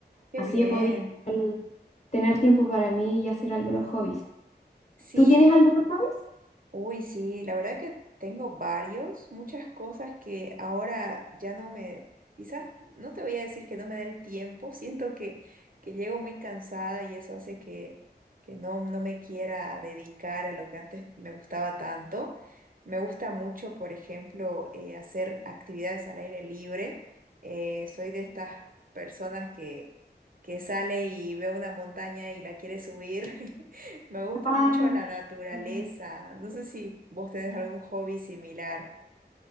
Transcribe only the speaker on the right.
Qué
bien.
Sí,
Uy, sí, la verdad que tengo varios, muchas cosas que ahora ya no me, quizás no te voy a decir que no me da el tiempo, <laughs> siento que, que llego muy cansada y eso hace que, que no, no me quiera dedicar a lo que antes me gustaba tanto. Me gusta mucho, por ejemplo, eh, hacer actividades al aire libre. Eh, soy de estas personas que, que sale y ve una montaña y la quiere subir. <laughs> Me gusta
mucho la
naturaleza.
No sé si vos tenés algún hobby similar.